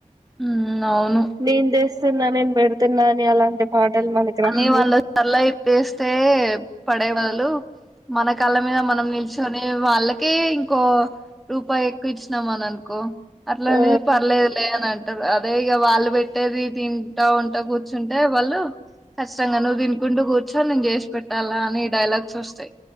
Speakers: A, in the centre; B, on the right (about 30°).
A: ఉమ్ అవును
B: నేను తెస్తున్నా నేను పెడుతున్నా అని అలాంటి పాటలు మనకి రావు
A: అనే వాళ్ళ <inaudible> ప్పేస్తే పడే బదులు మన కాళ్ళ మీద మనం నిల్చోనే వాళ్ళకే ఇంకో రూపాయి ఎక్కువ ఇచ్చినామ అని అనుకో అట్లాంటిది
B: ఆ
A: పర్లేదులే అని టరు అదే ఇగ వాళ్ళు పెట్టేది తింటా ఉంటే కూర్చుంటే వాళ్ళు కష్టంగా నువ్వు తినుకుంటూ కూర్చోని నేను చేసి పెట్టాలా అనే డైలాగ్స్ వస్తాయి